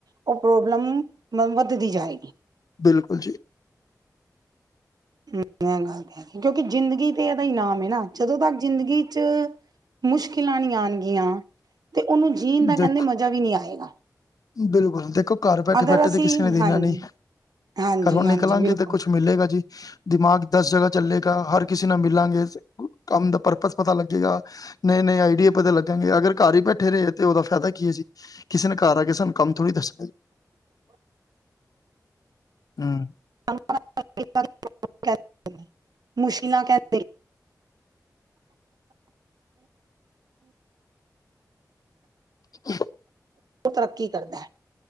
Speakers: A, on the right; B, on the left.
A: ਉਹ ਪ੍ਰੋਬਲਮ ਵੱਧਦੀ ਜਾਏਗੀ।
B: ਬਿਲਕੁਲ ਜੀ।
A: ਇਹ ਗੱਲ ਤੇ ਹੈਗੀ ਕਿਉਂਕਿ ਜ਼ਿੰਦਗੀ ਤੇ ਇਹਦਾ ਹੀ ਨਾਮ ਹੈ ਨਾ, ਜਦੋਂ ਤੱਕ ਜ਼ਿੰਦਗੀ 'ਚ ਮੁਸ਼ਕਿਲਾਂ ਨਹੀਂ ਆਓਣਗੀਆਂ, ਤੇ ਉਹਨੂੰ ਜੀਣ ਦਾ ਕਹਿੰਦੇ
B: ਦੇਖੋ
A: ਮਜ਼ਾ ਵੀ ਨਹੀਂ ਆਏਗਾ।
B: ਬਿਲਕੁਲ, ਦੇਖੋ! ਘਰ ਬੈਠੇ-ਬੈਠੇ
A: ਅਗਰ ਅਸੀਂ
B: ਤੇ ਕਿਸੇ ਨੇ ਦੇਣਾ
A: ਹਾਂਜੀ
B: ਨਹੀਂ।
A: ਹਾਂਜੀ
B: ਘਰੋਂ ਨਿਕਲਾਂਗੇ
A: ਹਾਂਜੀ ਬਿਲਕੁਲ
B: ਤੇ ਕੁੱਛ ਮਿਲੇਗਾ ਜੀ, ਦਿਮਾਗ ਦਸ ਜਗ੍ਹਾ ਚੱਲੇਗਾ ਹਰ ਕਿਸੇ ਨਾਲ ਮਿਲਾਂਗੇ, ਕੰਮ ਦਾ ਪਰਪਸ ਪਤਾ ਲੱਗੇਗਾ। ਨਹੀਂ-ਨਹੀਂ ਆਈਡੀਏ ਪਤਾ ਲੱਗਣਗੇ ਅਗਰ ਕਾਰ ਈ ਬੈਠੇ ਰਹੇ ਤੇ ਓਦਾ ਫਾਯਦਾ ਕੀ ਏ ਜੀ ਕਿਸੇ ਨੇ ਕਾਰ ਆ ਕੇ ਸਾਨੂੰ ਕੰਮ ਥੋੜ੍ਹੀ ਦੱਸਣਾ ਹੂੰ।
A: <unintelligible> ਮੁਸ਼ੀਨਾ ਕੈਤੇ।
B: ਹ
A: ਓ ਤਰੱਕੀ ਕਰਦਾ